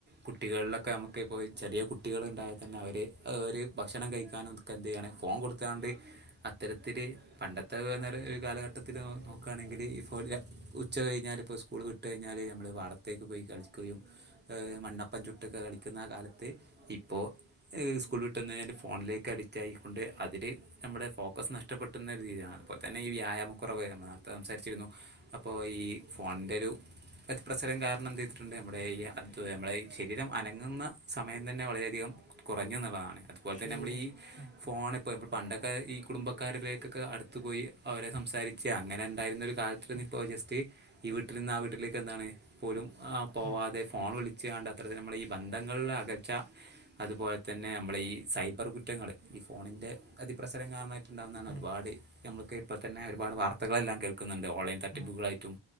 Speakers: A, on the right; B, on the left.
A: കുട്ടികളിലൊക്കെ നമുക്കിപ്പോൾ ചെറിയ കുട്ടികളുണ്ടായാൽ തന്നെ അവര് അവര് ഭക്ഷണം കഴിക്കാനും ഒക്കെ എന്തു ചെയ്യാണ് ഫോൺ കൊടുത്താണ്ട് അത്തരത്തിൽ പണ്ടത്തെന്നര ഒരു കാലഘട്ടം മൊത്തത്തിൽ നോക്കുകയാണെങ്കിൽ ഇപ്പോൾ ഉച്ച കഴിഞ്ഞാൽ ഇപ്പോൾ സ്കൂൾ വിട്ടു കഴിഞ്ഞാൽ നമ്മൾ പാടത്തേക്ക് പോയി കളിച്ചു കുകയും എ മണ്ണപ്പം ചുട്ട് കളിക്കുന്ന കാലത്ത് ഇപ്പോ സ്കു കിട്ടുന്നരം ഫോണിലേക്ക് അഡിക്റ്റ് ആയിക്കൊണ്ട് അതില് നമ്മുടെ ഫോക്കസ് നഷ്ടപ്പെട്ടുന്ന ഒരു രീതിയാണ് അതുപോലെ തന്നെ ഈ വ്യായാമം വ്യായാമക്കുറവ് സംസാരിച്ചിരുന്നു അപ്പോൾ ഈ ഫോണിൻ്റെ ഒരു പ്രസരം കാരണം എന്ത് ചെയ്തിട്ടുണ്ട് നമ്മുടെ ഈ അത് നമ്മുടെ ശരീരം അനങ്ങുന്ന സമയം തന്നെ വളരെയധികം കുറഞ്ഞെന്നുള്ളതാണ് അതുപോലെ
B: ശരിയാണ്
A: തന്നെ നമ്മൾ ഈ
B: ശരി ഉം
A: ഫോണൊക്കെ പണ്ടൊക്കെ ഈ കുടുംബക്കാരിലേക്ക് അടുത്ത് പോയി അവരെ സംസാരിച്ച് അങ്ങനെന് ആയിരുന്ന ഒരു കാലത്ത് നിന്ന്
B: ഉം
A: ഇപ്പോൾ ജസ്റ്റ് ഈ വീട്ടിൽ നിന്ന് ആ വീട്ടിലേക്ക് എന്താണ് പോലും ആ പോവാതെ
B: ഉം
A: ഫോൺ വിളിച്ചു കൊണ്ട് അത്രത്തി നമ്മളെ ബന്ധങ്ങളിലെ അകച്ച അതുപോലെ തന്നെ നമ്മള ഈ സൈബർ കുറ്റങ്ങള് ഈ ഫോണിൻ്റെ അതിപ്രസരം കാരണമായിട്ട്ഇണ്ടാവുന്നതാണ്
B: ഉം
A: ഒരുപാട് ഞ ഇപ്പോ തന്നെ ഒരുപാട് വാർത്തകളെല്ലാം കേൾക്കെന്നണ്ട്ഓൺലൈൻ തട്ടിപ്പുകളായിട്ടും
B: ഉം